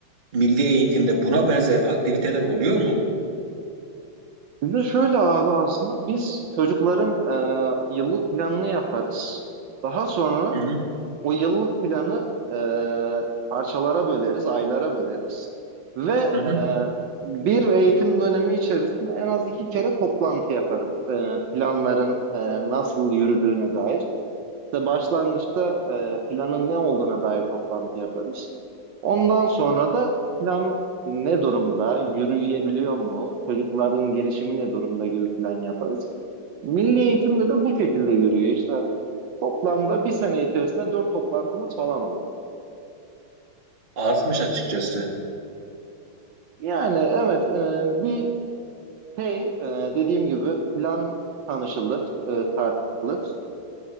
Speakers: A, on the right; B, on the right.
A: milli eğitimde buna benzer aktiviteler oluyor mu?
B: Bir de şöyle abi aslında biz çocukların e, yıllık planını yaparız. Daha sonra
A: Hı hı,
B: o yıllık planı e, parçalara böleriz, aylara böleriz. Ve
A: hı hı.
B: e, bir eğitim dönemi içerisinde en az iki kere toplantı yaparız. E, planların e, nasıl yürüdüğüne dair. İşte başlangıçta e, planın ne olduğuna dair toplantı yaparız. Ondan sonra da plan ne durumda, yürüyebiliyor mu, çocukların gelişimi ne durumda gibi plan yaparız. Milli eğitimde de bu şekilde yürüyor işte. Toplamda bir sene içerisinde dört toplantımız falan olur.
A: Azmış açıkçası.
B: Yani evet e, bir şey e, dediğim gibi plan tanışılır, e, tartışılır.